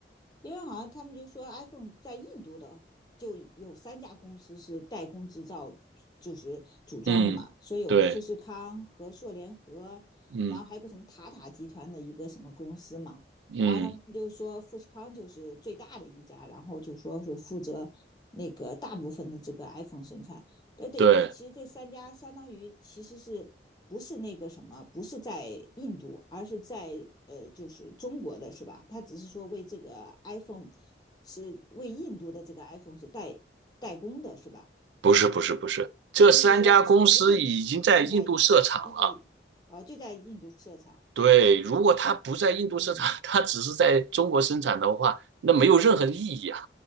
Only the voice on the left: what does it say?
因为好像他们就说 iPhone 在印度的就有三家公司是代工制造，就是组装的嘛，
说有富士康、
和硕联合，
然后还有个什么塔塔集团的一个什么公司嘛。
然后他们就说富士康就是最大的一家，然后就说是负责那个大部分的这个 iPhone 生产。那等于说，
其实这三家相当于其实是不是那个什么，不是在印度，而是在呃，就是中国的是吧？他只是说为这个 iPhone 是为印度的这个 iPhone 是代代工的是吧？
啊，就是说厂子就建在日，啊，就在印度设厂，
嗯。